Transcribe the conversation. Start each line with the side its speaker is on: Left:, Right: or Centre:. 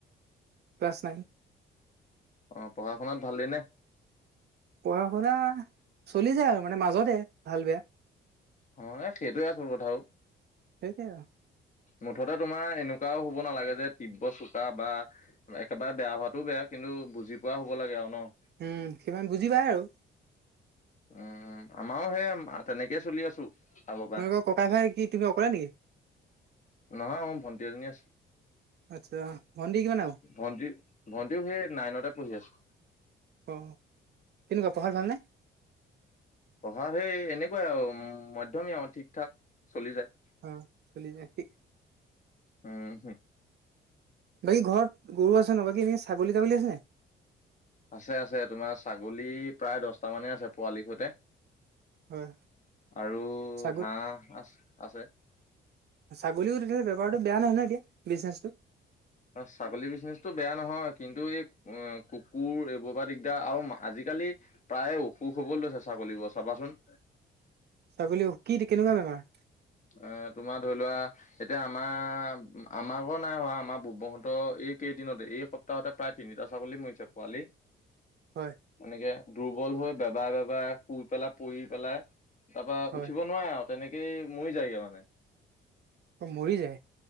Right: ক্লাছ নাইন
Left: অ পঢ়া শুনাত ভালে নে?
Right: পঢ়া শুনা চলি যায় আৰু মানে মাজতে ভাল, বেয়া।
Left: অ এ সেইটোৱে আচল কথা অ।
Right: সেইটোৱে।
Left: মুঠতে তোমাৰ এনেকুৱাও হ'ব নালাগে যে তীব্ৰ চোকা বা একেবাৰে বেয়া হোৱাটোও বেয়া কিন্তু বুজি পোৱা হ'ব লাগে আৰু ন।
Right: উম, সিমান বুজি পায় আৰু।
Left: উম, আমাৰো সেই তেনেকে চলি আছো। আগৰ পৰাই
Right: তোমালোকৰ ককাই ভাই, কি তুমি অকলে নেকি?
Left: নহয় মোৰ ভণ্টি এজনী আছে।
Right: আচ্ছা, ভণ্টি কিমান ডাঙৰ?
Left: ভণ্টি ভন্টিও সেই নাইনতে পঢ়ি আছে।
Right: অ কেনেকুৱা পঢ়াত ভালনে?
Left: পঢ়া সেই এনেকুৱাই আৰু মধ্যমীয়া আৰু ঠিক ঠাক চলি যায়।
Right: অ চলি যায় তিক।
Left: উম হু।
Right: বাকী ঘৰত গৰু আছে ন বাকী এনে ছাগলী তাগলি আছে নে?
Left: আছে আছে তোমাৰ ছাগলী প্ৰায় দহটা মানে আছে, পোৱালিৰ সৈতে।
Right: হয়
Left: আৰু
Right: ছাগলী
Left: হাঁহ আ আছে।
Right: ছাগলীও তেনেকে বেপাৰটো বেয়া নহয় নহয় এতিয়া বিজনেছটো।
Left: অ ছাগলী বিজনেচটো বেয়া নহয়। কিন্তু এই অ কুকুৰ এইবোৰ পৰা দিগদাৰ আৰু আজি-কালি প্ৰায়ে অসুখ হ'ব লৈছে ছাগলীবোৰৰ চাবাচোন।
Right: ছাগলীও কি কেনেকুৱা বেমাৰ?
Left: আ তোমাৰ ধৰি লোৱা এতিয়া আমাৰ, আমাৰ ঘৰত নাই হোৱা বুবোহঁতৰ এইকেইদিনতে এই স সপ্তাহতে প্ৰায় তিনিটা ছাগলী মৰিছে পোৱালি।
Right: হয়।
Left: এনেকে দুৰ্বল হৈ বেবাই বেবাই শুই পেলাই পৰি পেলাই তাৰপা
Right: হয়
Left: উঠিব নোৱাৰে আৰু তেনেকেই মৰি যায়গে মানে।
Right: অ মৰি যায়?